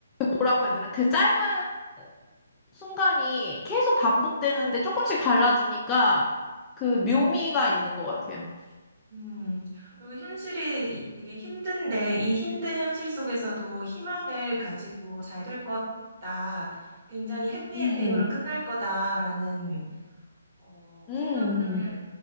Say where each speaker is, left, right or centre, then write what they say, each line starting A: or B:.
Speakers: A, on the left; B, on the right.
A: 뭐라고
B: 네.
A: 해야 되나? 그 짧은 순간이 계속 반복되는데 조금씩 달라지니까 그
B: 음.
A: 묘미가 있는 것 같아요.
B: 음, 그리고 현실이 되게 힘든데, 이 힘든 현실 속에서도 희망을 가지고 잘 될 거다. 굉장히 해피엔딩으로
A: 음,
B: 끝날 거다라는, 어,
A: 음,
B: 생각을